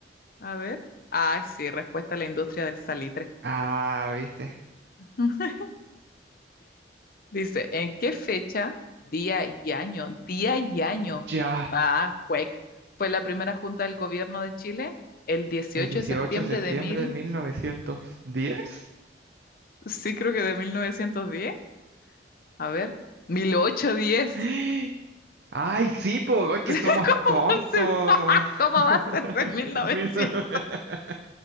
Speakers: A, on the left (about 50°); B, on the right (about 60°).
A: A ver. Ay, sí, respuesta a la industria del salitre.
B: Ah, viste.
A: <laughs> Dice, ¿en qué fecha, día y año, día y año?
B: Ya,
A: Ah, cuec. Fue la primera junta del gobierno de Chile el 18
B: el 18
A: de septiembre
B: de septiembre
A: de mil,
B: de 1910.
A: sí creo que de 1910. A ver, 1810.
B: <gasps>
A: <laughs>
B: Ay, sí, pues, que
A: ¿Cómo
B: somos tontos.
A: va a ser? <laughs> ¿Cómo
B: <laughs>
A: va a ser de 1900?
B: Mil- <laughs>